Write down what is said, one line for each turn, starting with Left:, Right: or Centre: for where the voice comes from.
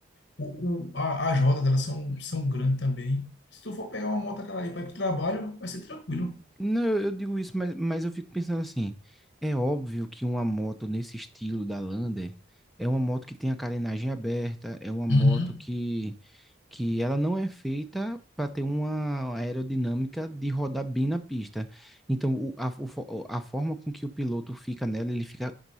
Left: O, o, a, as rodas dela são, são grandes também. Se tu for pegar uma moto aquela ali para ir pro trabalho, vai ser tranquilo.
Centre: Não, eu eu digo isso, mas, mas eu fico pensando assim, é óbvio que uma moto nesse estilo da Lander é uma moto que tem a carenagem aberta, é uma moto
Left: Uhum.
Centre: que, que ela não é feita para ter uma aerodinâmica de rodar bem na pista. Então, o- a, o fo- a forma com que o piloto fica nela, ele fica